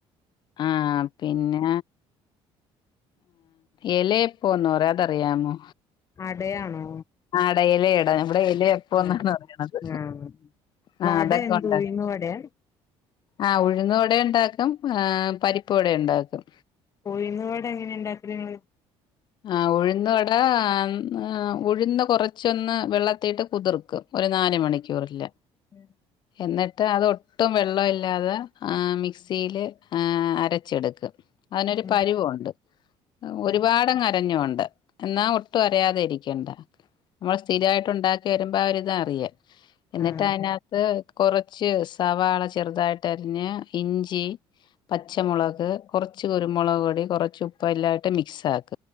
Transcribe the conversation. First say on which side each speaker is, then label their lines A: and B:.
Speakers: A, on the left; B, on the left.
A: ആ പിന്നെ ഏ എലയപ്പോ ന്ന് പറി അതറിയാമോ?.
B: അടയാണോ
A: ആടയില് ഇട ഇവിടെ ഇലയപ്പൊന്നാണ്
B: ആഹ്
A: പറയണത്
B: ആഹ്
A: ആ
B: വട
A: അതൊക്കെ ഉണ്ട്.
B: <inaudible>
A: ആ ഉഴുന്ന് വട ണ്ടാക്കും ആ പരിപ്പ് വട ണ്ടാക്കും
B: ഉഴുന്ന് വടങ്ങനെ ണ്ടാക്കല് ഇങ്ങള്.
A: ആ ഉഴുന്നുവട മ് അ ഉഴുന്ന് കുറച്ചൊന്ന് വെള്ളത്തീട്ട് കുതിർക്കും ഒരു നാല് മണി. ചോറ് ഇല്ല
B: ഉം
A: എന്നിട്ട് അതൊട്ടും വെള്ളമില്ലാതെ മിക്സിയില് അരച്ചെടുക്ക. അയ്നൊരു
B: ഉം
A: പരുവോണ്ട്
B: ഉം
A: ഒരുപാടങ്
B: ഉം
A: അരഞ്ഞോണ്ട. എന്നാ ഒട്ടും അരയാതെ ഇരിക്കണ്ടാ മ്മൾ സ്ഥിരായിട്ട് ഉണ്ടാക്കി വരുമ്പോ ആ ഒരിതറിയാ. എന്നിട്ടയ്നകത്ത്
B: ആഹ്
A: കൊറച്ച് സവാള ചെറുതായിട്ടരിഞ്ഞ് ഇഞ്ചി. പച്ചമുളക്
B: ഉം
A: കൊർച്ച് കുരുമുളക് പൊടി കൊറച്ചുപ്പ് എല്ലായിട്ട് മിക്സാക്ക.